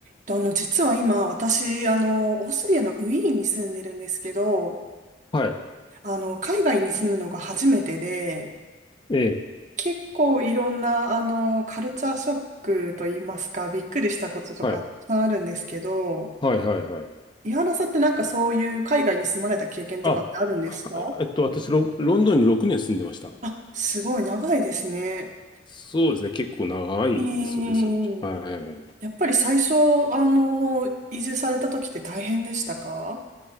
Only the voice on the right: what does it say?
とあの、実は今、私、あの、オーストリアのウィーンに住んでるんですけど、
あの、海外に住むのが初めてで、
結構いろんな、あの、カルチャーショックといいますか、びっくりしたこととかたくさんあるんですけど、
井原さんってなんかそういう海外に住まれた経験とかってあるんですか
あ、すごい長いですね。
えー、
やっぱり最初、あの、移住された時って大変でしたか